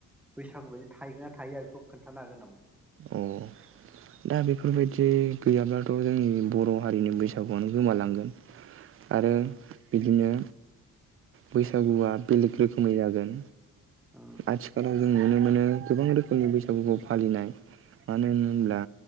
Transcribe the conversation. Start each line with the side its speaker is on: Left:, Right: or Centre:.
Centre: बैसागु बायदि थायोगोन नना थायोया बेखौ खोन्थानो हागोन नामा
Right: अ दा बेफोरबायदि गैयाब्लाथ' जोंनि बर' हारिनि बैसागुआनो गोमालांगोन आरो बिदिनो बैसागुआ बेलेग रोखोमै जागोन
Centre: औ
Right: आथिखालाव जों नुनो मोनो गोबां रोखोमनि बैसागुखौ फालिनाय मानो होनोब्ला